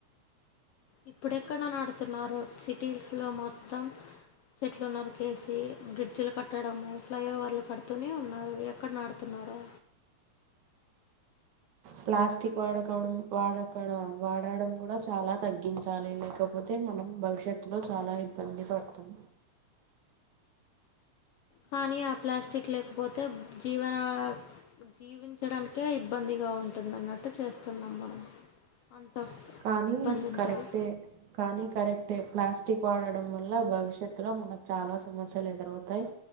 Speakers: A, on the left; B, on the right.
A: ఇప్పుడు ఎక్కడ నాటుతున్నారు సిటీస్ లో మొత్తం చెట్లు నరికేసి బ్రిడ్జ్లు కట్టడము ఫ్లై ఓవర్లు కడుతూనే ఉన్నారు ఎక్కడ నాటుతున్నారు
B: ప్లాస్టిక్ వాడ కావడం వాడక్కడ వాడడం కూడా చాలా తగ్గించాలి లేకపోతే మనం భవిష్యత్తులో చాలా ఇబ్బంది పడతాం
A: కానీ ఆ ప్లాస్టిక్ లేకపోతే జీవన జీవించడానికే ఇబ్బందిగా ఉంటుంది అన్నట్టు చేస్తున్నాం మనం అంత
B: కానీ
A: ఇబ్బంది ఉంటుంది
B: కరెక్టే కానీ కరెక్టే ప్లాస్ టిక్ వాడడం వల్ల భవిష్యత్తులో మనకు చాలా సమస్యలు ఎదురవుతాయి